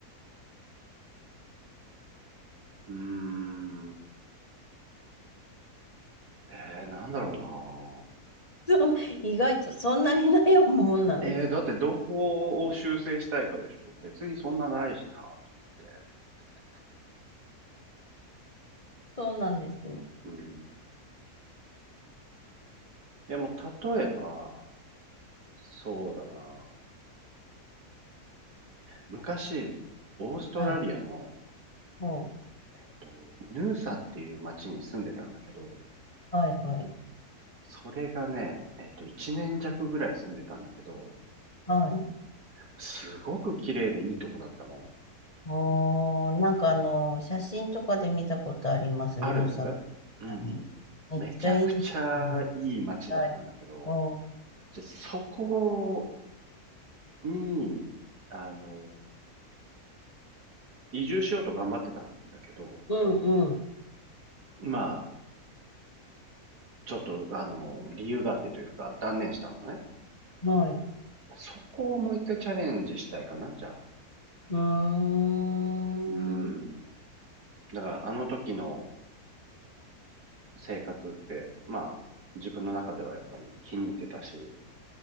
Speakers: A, on the right; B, on the left.
A: うーん。えー、なんだろう
B: そん意外とそんなに悩むもんなんです。
A: な。えー、だってどこを修正したいかでしょ別にそんなないしな、と思って。
B: そうなんですね。
A: うん。でも、例えば、そうだな。昔、オーストラリアの、
B: はい。ほう。
A: えっと、ヌーサっていう町に住んでたんだけど、
B: はいはい。
A: それがね、えっと、1年弱ぐらい住んでたんだけど、
B: はい。
A: すごく綺麗でいいとこだったの。
B: あー、なんかあの、写真とかで見たことあります。
A: あるうんうん。
B: ヌーさんに。めっちゃいいですね。
A: めちゃくちゃいい町だったんだけど、
B: はい。うん
A: じゃ、そこに、あの、移住しようと頑張ってたんだけど、
B: うんう
A: まあ、ちょっと、あの、理由があってというか、断念したのね。
B: ん。はい。
A: そこをもう一回チャレンジしたいかな、じゃあ。
B: うーん。
A: うん。
B: う
A: だから、あの時の生活って、まあ、自分の中ではやっぱり気に入ってたし、